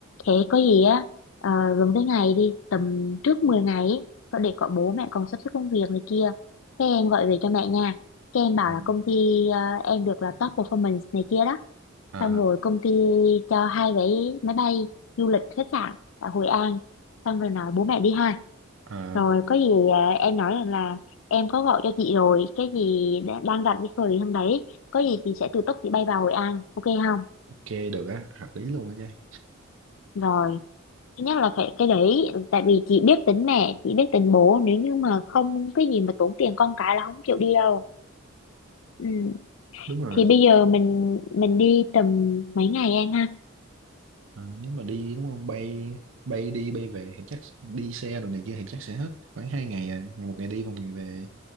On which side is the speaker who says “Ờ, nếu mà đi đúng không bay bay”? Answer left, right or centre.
Right